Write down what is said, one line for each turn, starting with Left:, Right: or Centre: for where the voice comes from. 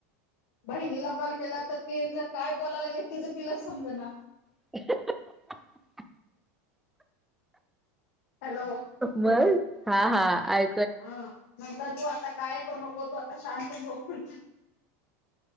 Left: बहिणीला कॉल केला तर तिज काय बोलायला तिज तिलाच समज ना.
Centre: <unintelligible>
Left: हॅलो.
Centre: मग हा हा आ
Left: हं चल ग तू आता काय करू नको, तू आता शांत झोप म्हटलं.